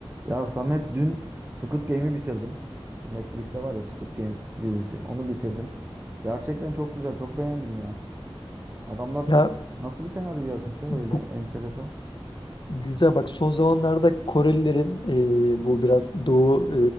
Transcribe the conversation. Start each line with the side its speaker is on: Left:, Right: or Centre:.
Right: Ya Samet dün Squid Game'i bitirdim. İşte Netflix'te var ya Squid Game dizisi. Onu bitirdim. Gerçekten çok güzel, çok beğendim ya. Adamlar
Left: Ya
Right: nasıl bir senaryo yazmış ya
Left: bu
Right: öyle enteresan.
Left: güzel bak son zamanlarda Korelilerin e, bu biraz Doğu